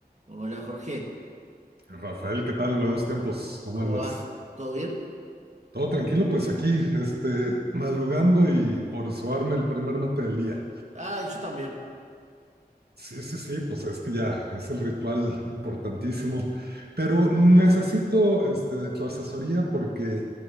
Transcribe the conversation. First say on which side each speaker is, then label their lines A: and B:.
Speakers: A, on the right; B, on the right.
A: Hola Jorge,
B: Rafael, ¿qué tal? Buenos tiempos, ¿cómo
A: ¿cómo
B: andas?
A: vas? ¿Todo bien?
B: Todo tranquilo, pues aquí, este, madrugando y por suarme el primer mate del día.
A: Ah, yo también.
B: Sí, sí, sí, pues es que ya es el ritual importantísimo, pero necesito este, de tu asesoría porque